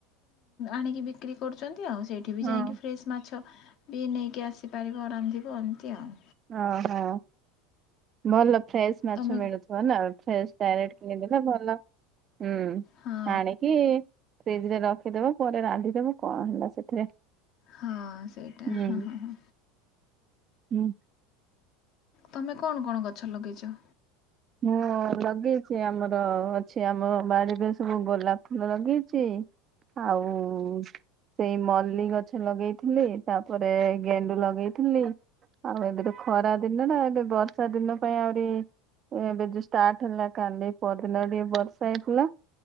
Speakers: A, on the left; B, on the right.
A: ଆଣିକି ବିକ୍ରି କରୁଛନ୍ତି ଆଉ, ସେଇଠି ବି
B: ହଁ
A: ଯାଇକି ଫ୍ରେଶ୍ ମାଛ ବି ନେଇକି ଆସି ପାରିବ, ରାନ୍ଧିବ ଏମିତି ଆଉ।
B: ଓ ହୋ। ଭଲ ଫ୍ରେଶ ମାଛ
A: ତମେ
B: ମିଳୁଥିବ ନା, ଫ୍ରେଶ ଡାଇରେକ୍ଟ କିଣିଦଲେ ଭଲ। ହୁଁ,
A: ହଁ
B: ଆଣିକି ଫ୍ରିଜ ରେ ରଖିଦବ, ପରେ ରାନ୍ଧିଦବ, କଣ ହେଲା ସେଥିରେ?
A: ହଁ ସେଇଟା,
B: ହୁଁ
A: ହଁ ହଁ ହଁ।
B: ହୁଁ।
A: ତମେ କଣ କଣ ଗଛ ଲଗେଇଛ?
B: ମୁଁ ଲଗେଇଚି ଆମର, ଅଛି ଆମ ବାଡିରେ ସବୁ ଗୋଲାପ ଫୁଲ ଲଗେଇଚି ଆଉ ସେଇ ମଲ୍ଲି ଗଛ ଲଗେଇଥିଲି, ତାପରେ ଗେଣ୍ଡୁ ଲଗେଇଥିଲି। ଆଉ ଏବେ ତ ଖରା ଦିନ ଟା, ଏବେ ବର୍ଷା ଦିନ ପାଇଁ ଆହୁରି ଏବେ ଯୋଉ ଷ୍ଟାର୍ଟ ହେଲା, କାଲି ପଅରି ଟିକେ ବର୍ଷା ହେଇଥିଲା।